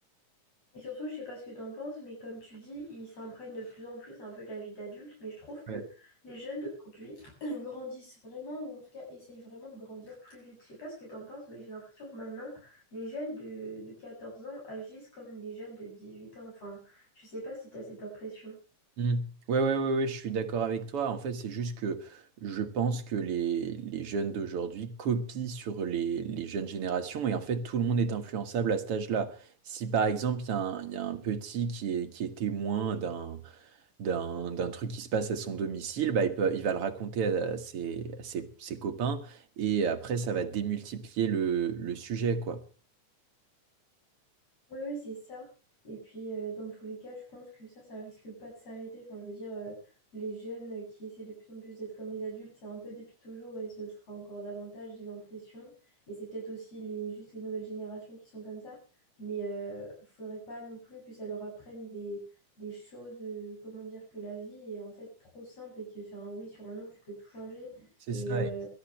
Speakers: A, on the left (about 50°); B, on the right (about 55°).
A: Et surtout, je sais pas ce que t'en penses, mais comme tu dis, ils s'imprègnent de plus en plus un peu de la vie d'adulte, mais je trouve que
B: Ouais.
A: les jeunes d'aujourd'hui <clears throat> grandissent vraiment, ou en tout cas essayent vraiment de grandir plus vite. Je sais pas ce que t'en penses, mais j'ai l'impression que maintenant, les jeunes de, de quatorze ans agissent comme des jeunes de dix-huit ans. Enfin, je sais pas si t'as cette impression.
B: Mm. Ouais, ouais, ouais, ouais, je suis d'accord avec toi. En fait, c'est juste que je pense que les, les jeunes d'aujourd'hui copient sur les, les jeunes générations et en fait, tout le monde est influençable à cet âge-là. Si par exemple, il y a un, il y a un petit qui est, qui est témoin d'un, d'un, d'un truc qui se passe à son domicile, bah, il peut, il va le raconter à ses, à ses, ses copains et après, ça va démultiplier le, le sujet, quoi.
A: Oui, oui, c'est ça. Et puis, euh, dans tous les cas, je pense que ça, ça risque pas de s'arrêter. Enfin, je veux dire, euh, les jeunes qui essaient de plus en plus d'être comme les adultes, c'est un peu depuis toujours et ce le sera encore davantage, j'ai l'impression. Et c'est peut-être aussi les, juste les nouvelles générations qui sont comme ça. Mais euh, faudrait pas non plus que ça leur apprenne des, des choses, euh, comment dire, que la vie est en fait trop simple et que sur un oui, sur un non, tu peux tout changer.
B: C'est
A: Et,
B: ça.
A: euh,